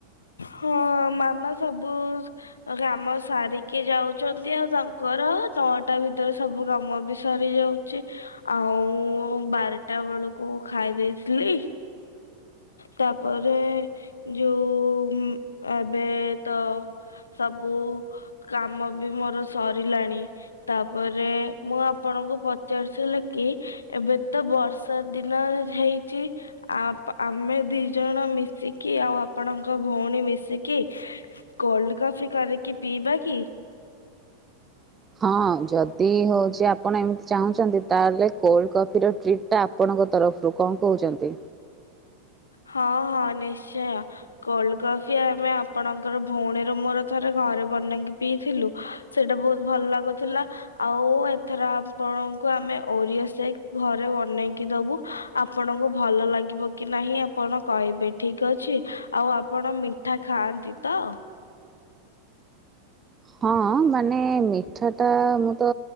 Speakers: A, on the left; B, on the right.
A: ହଁ ମାମା ସବୁ ରାମ ସାରିକି ଯାଉଛନ୍ତି ଆଉ ତାଙ୍କର ନଅଟା ଭିତରେ ସବୁ କାମ ବି ସରି ଯାଉଛି ଆଉ ବାରଟା ବେଳକୁ ଖାଇ ଦେଇଥିଲି ତାପରେ ଯୋଉ ଏବେ ତ ସବୁ କାମ ବି ମୋର ସରିଲାଣି ତାପରେ ମୁଁ ଆପଣଙ୍କୁ ପଚାରସ ଲେ କି ଏବେ ତ ବର୍ଷା ଦିନ ହେଇଚି ଆ ପା ଆମେ ଦି ଜଣ ମିଶିକି ଆଉ ଆପଣଙ୍କ ଭଉଣୀ ମିଶିକି କୋଲ୍ଡ କଫି କରିକି ପିଇବା କି?
B: ହଁ ଯଦି ହଉଚି ଆପଣ ଏମିତି ଚାହୁଁଚନ୍ତି ତାହେଲେ କୋଲ୍ଡ କଫି ର ଟ୍ରିଟ୍ ଟା ଆପଣଙ୍କ ତରଫରୁ କଣ କହୁଚନ୍ତି?
A: ହଁ ହଁ ନିଶ୍ଚୟ। କୋଲ୍ଡ କଫି ଆମେ ଆପଣଙ୍କର ଭଉଣୀ ର ମୋର ଥରେ ଘରେ ବନେଇକି ପିଇଥିଲୁ। ସେଇଟା ବହୁତ ଭଲ ଲାଗୁଥିଲା। ଆଉ ଏଥର ଆପଣଙ୍କୁ ଆମେ ଓରିଇ ସେକ୍ ଘରେ ବନେଇକି ଦବୁ। ଆପଣଙ୍କୁ ଭଲ ଲାଗିବ କି ନାହିଁ ଆ ଆପଣ କହିବେ ଠିକ ଅଛି ଆଉ ଆପଣ ମିଠା ଖାଆନ୍ତି ତ?
B: ହଁ ମାନେ ମିଠାଟା ମୁଁ ତ